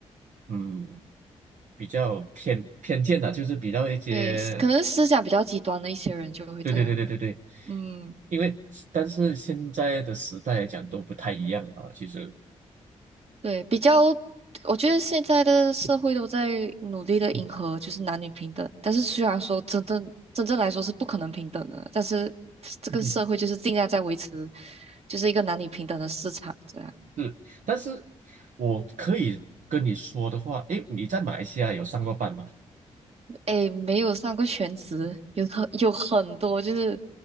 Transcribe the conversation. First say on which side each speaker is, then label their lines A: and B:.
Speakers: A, on the right; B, on the right.
A: 嗯，比较偏偏见的，就是比较一些，
B: 对，可能思想比较极端的一些人就会这样。
A: 对对对对对对，
B: 嗯，
A: 因为但是现在的时代来讲都不太一样了啊，其实，
B: 对，比较，我觉得现在的社会都在努力的迎合，
A: 嗯
B: 就是男女平等。但是虽然说真正真正来说是不可能平等的，但是这个社会就是尽量在维持，
A: 嗯
B: 就是一个男女平等的市场这样。
A: 是，但是我可以跟你说的话，诶，你在马来西亚有上过班吗？
B: 诶，没有上过全职，有很有很多就是